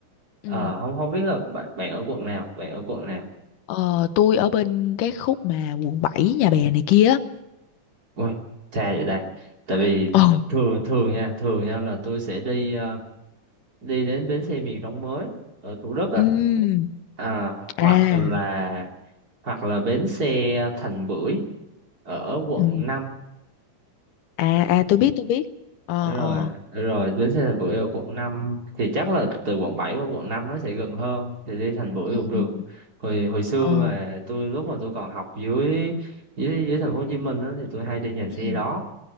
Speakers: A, on the right; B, on the left.
A: Ờ,
B: ừ.
A: không không biết là bạn bạn ở quận nào, bạn ở quận nào.
B: Ờ tôi ở bên cái khúc mà quận 7 Nhà Bè này kia. á.
A: Ui, xa vậy đây. Tại vì
B: Ồ.
A: thường thường nha, thường nha là tôi sẽ đi ờ, đi đến bến xe miền Đông mới ở Thủ Đức á
B: Ừ.
A: à, hoặc
B: À.
A: là hoặc là bến xe Thành Bưởi ở quận
B: Ừ.
A: 5
B: À à tôi biết tôi biết. Ờ
A: rồi
B: ờ.
A: rồi bến xe Thành Bưởi ở quận 5 thì chắc là từ quận 7 qua quận 5 nó sẽ gần hơn thì đi Thành Bưởi
B: Ừ,
A: cũng được
B: ừ.
A: hồi hồi xưa
B: ờ
A: mà tôi lúc mà tôi còn học dưới dưới dưới thành phố Hồ Chí Minh đó thì tôi hay đi nhà xe
B: ừ
A: đó